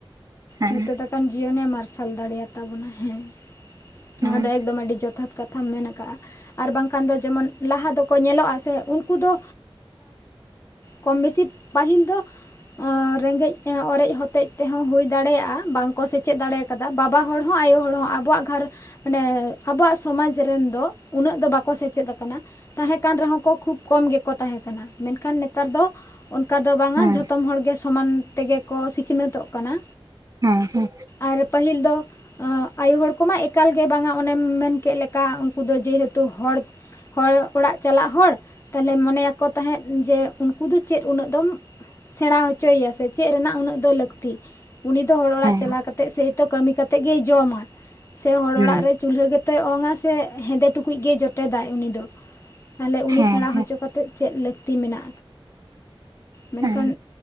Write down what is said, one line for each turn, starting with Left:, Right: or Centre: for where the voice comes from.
Right: ᱦᱮᱸ
Left: ᱧᱩᱛᱟᱹᱛ ᱟᱠᱟᱱ ᱡᱤᱭᱚᱱᱮ ᱢᱟᱨᱥᱟᱞ ᱫᱟᱲᱮᱭᱟᱛᱟ ᱵᱚᱱᱟ ᱦᱮᱸ
Right: ᱦᱮᱸ
Left: ᱱᱚᱣᱟ ᱫᱚ ᱮᱠᱫᱚᱢ ᱟᱹᱰᱤ ᱡᱚᱛᱷᱟᱛ ᱠᱟᱛᱷᱟᱢ ᱢᱮᱱ ᱠᱟᱜᱼᱟ ᱟᱨ ᱵᱟᱝᱠᱷᱟᱱ ᱫᱚ ᱡᱮᱢᱚᱱ ᱞᱟᱦᱟ ᱫᱚᱠᱚ ᱧᱮᱞᱚᱜᱼᱟ ᱥᱮ ᱩᱱᱠᱩ ᱫᱚ
Right: <unintelligible>
Left: ᱠᱚᱢ ᱵᱮᱥᱤ ᱯᱟᱹᱦᱤᱞ ᱫᱚ ᱚ ᱨᱮᱸᱜᱮᱡ ᱚᱨᱮᱡ ᱦᱚᱛᱮᱡ ᱛᱮᱦᱚᱸ ᱦᱩᱭ ᱫᱟᱲᱮᱭᱟᱜᱼᱟ ᱵᱟᱝᱠᱚ ᱥᱮᱪᱮᱫ ᱫᱟᱲᱮᱣ ᱠᱟᱫᱟ ᱵᱟᱵᱟ ᱦᱚᱲ ᱦᱚᱸ ᱟᱭᱳ ᱦᱚᱲ ᱦᱚᱸ ᱟᱵᱚᱣᱟᱜ ᱜᱷᱟᱨᱚ ᱢᱟᱱᱮ ᱟᱵᱚᱣᱟᱜ ᱥᱚᱢᱟᱡᱽ ᱨᱮᱱ ᱫᱚ ᱩᱱᱟᱹᱜ ᱫᱚ ᱵᱟᱠᱚ ᱥᱮᱪᱮᱫ ᱠᱟᱱᱟ᱾ ᱛᱟᱦᱮᱸ ᱠᱟᱱ ᱨᱮᱦᱚᱸ ᱠᱚ ᱠᱷᱩᱵ ᱠᱚᱢ ᱜᱮᱠᱚ ᱛᱟᱦᱮᱸ ᱠᱟᱱᱟ, ᱢᱮᱱᱠᱷᱟᱱ ᱱᱮᱛᱟᱨ ᱫᱚ ᱚᱱᱠᱟ ᱫᱚ ᱵᱟᱝ-ᱟ
Right: ᱦᱮᱸ
Left: ᱡᱷᱚᱛᱚᱢ ᱦᱚᱲ ᱜᱮ ᱥᱚᱢᱟᱱ ᱛᱮᱜᱮ ᱠᱚ ᱥᱤᱠᱷᱱᱟᱹᱛᱚᱜ ᱠᱟᱱᱟ᱾
Right: ᱦᱮᱸ ᱦᱮᱸ᱾
Left: ᱟᱨ ᱯᱟᱹᱦᱤᱞ ᱫᱚ ᱟᱭᱩ ᱦᱚᱲ ᱠᱚᱢᱟ ᱮᱠᱟᱞ ᱜᱮ ᱵᱟᱝ-ᱟ ᱚᱱᱮᱢ ᱢᱮᱱ ᱠᱮᱫ ᱞᱮᱠᱟ ᱩᱱᱠᱩ ᱫᱚ ᱡᱮᱦᱮᱛᱩ ᱦᱚᱲ ᱦᱚᱲ ᱚᱲᱟᱜ ᱪᱟᱞᱟᱜ ᱦᱚᱲ ᱛᱟᱦᱞᱮ ᱢᱚᱱᱮᱭᱟᱠᱚ ᱛᱟᱦᱮᱸᱫ ᱡᱮ ᱩᱱᱠᱩ ᱫᱚ ᱪᱮᱫ ᱩᱱᱟᱹᱜ ᱫᱚᱢ ᱥᱮᱬᱟᱸ ᱦᱚᱪᱚᱭᱭᱟ ᱥᱮ ᱪᱮᱫ ᱨᱮᱱᱟᱜ ᱩᱱᱟᱹᱜ ᱫᱚ ᱞᱟᱹᱠᱛᱤ᱾ ᱩᱱᱤ ᱫᱚ ᱦᱚᱲ ᱚᱲᱟᱜ
Right: ᱦᱮᱸ
Left: ᱪᱟᱞᱟᱣ ᱠᱟᱛᱮᱫ ᱥᱮᱭ ᱛᱚ ᱠᱟᱹᱢᱤ ᱠᱟᱛᱮᱫ ᱜᱮᱭ ᱡᱚᱢᱟ ᱥᱮ ᱦᱚᱲ
Right: ᱦᱮᱸ
Left: ᱚᱲᱟᱜ ᱨᱮ ᱪᱩᱞᱦᱟᱹ ᱜᱮᱛᱚᱭ ᱚᱝᱼᱟ ᱥᱮ ᱦᱮᱸᱫᱮ ᱴᱩᱠᱩᱡ ᱜᱮᱭ ᱡᱚᱴᱮᱫᱟᱭ ᱩᱱᱤ ᱫᱚ᱾ ᱛᱟᱦᱞᱮ ᱩᱱᱤ
Right: ᱦᱮᱸ
Left: ᱥᱮᱬᱟᱸ ᱦᱚᱪᱚ ᱠᱟᱛᱮᱫ ᱪᱮᱫ ᱞᱟᱹᱠᱛᱤ ᱠᱟᱫᱟ᱾
Right: ᱦᱮᱸ
Left: ᱢᱮᱱᱠᱷᱟᱱ